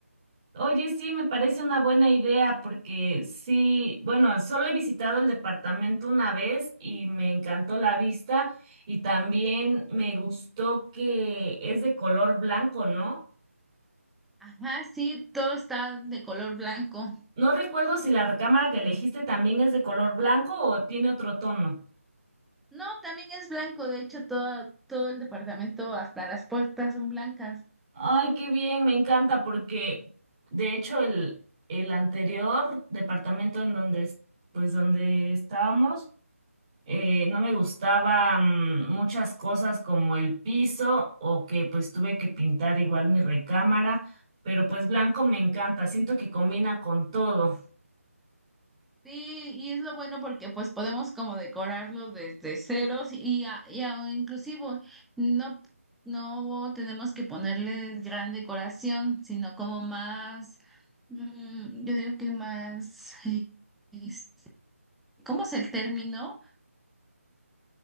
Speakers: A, on the right; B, in the centre.
A: Oye, sí, me parece una buena idea porque sí, bueno, solo he visitado el departamento una vez y me encantó la vista y también me gustó que es de color blanco, ¿no?
B: Ajá, sí, todo está de color blanco.
A: No recuerdo si la recámara que elegiste también es de color blanco o tiene otro tono.
B: No, también es blanco, de hecho, todo, todo el departamento, hasta las puertas son blancas.
A: Ay, qué bien, me encanta porque de hecho el, el anterior departamento en donde, es- pues donde estábamos, eh, no me gustaban muchas cosas como el piso o que pues tuve que pintar igual mi recámara, pero pues blanco me encanta, siento que combina con todo.
B: Sí, y es lo bueno porque pues podemos como decorarlo desde ceros y, a- y a- inclusivo no, no tenemos que ponerle gran decoración, sino como más, mm, yo digo que más, eh, este, ¿cómo es el término?